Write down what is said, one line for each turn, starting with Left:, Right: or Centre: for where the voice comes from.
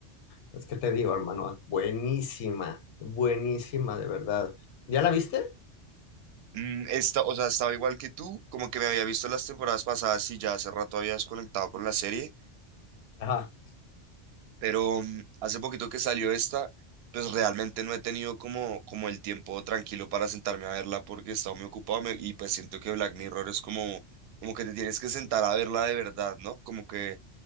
Left: pues qué te digo, hermano, buenísima, buenísima de verdad. ¿Ya la viste?
Right: mm, esta, o sea, estaba igual que tú, como que me había visto las temporadas pasadas y ya hace rato había desconectado con la serie.
Left: ajá.
Right: Pero mm, hace poquito que salió esta, pues realmente no he tenido como, como el tiempo tranquilo para sentarme a verla porque he estado muy ocupado me- y pues siento que Black Mirror es como, como que te tienes que sentar a verla de verdad, ¿no? Como que